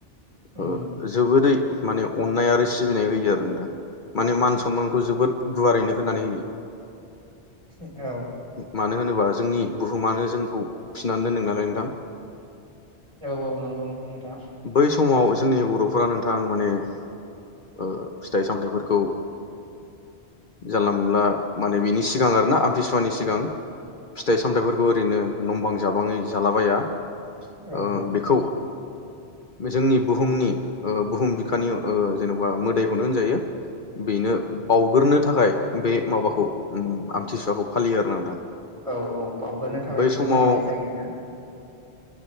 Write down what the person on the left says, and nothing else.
ओ
जोबोदै माने अन अननाय आरो सिबिनाय होयो आरो नोंथां माने मान सनमानखौ जोबोद गुवारैनो होनानै होयो
मानो होनोबा जोंनि बुहुमानो जोंखौ फिनानै दोनदों नालाय नोंथां
बै समाव जोंनि बर' फोरा नोंथां माने ओ फिथाइ सामथाइफोरखौ जानला मोनला माने बिनि सिगां आरोना आमतिसुवानि सि सिगां फिथाइ सामथाइफोर खौ ओरैनो नंबां जाबाङै जालाबाया ओ
बेखौ जोंनि बुक बुहुमनि ओ बुहुम बिखानि ओ जेन'बा मोदायखौनो होनजायो बेनो बावगोरो थाखाय बे माबाखौ ओम आमथिसुवाखौ फालियो आरो ना नोंथां
बै
समाव